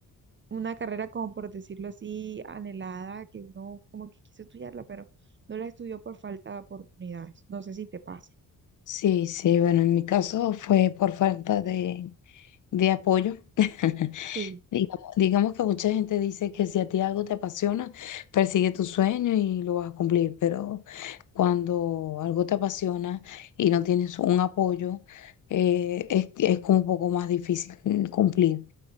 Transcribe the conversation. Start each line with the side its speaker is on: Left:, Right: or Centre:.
Right: una carrera como por decirlo así, anhelada, que uno como que quiso estudiarla, pero no la estudió por falta de oportunidades. No sé si te pasa.
Left: Sí, sí, bueno, en mi caso fue por falta de, de apoyo. <laughs>
Right: Sí,
Left: Digamos, digamos que mucha gente dice que si a ti algo te apasiona, persigue tu sueño y lo vas a cumplir, pero cuando algo te apasiona y no tienes un apoyo, eh, es, es como un poco más difícil cumplir.
Right: Sí,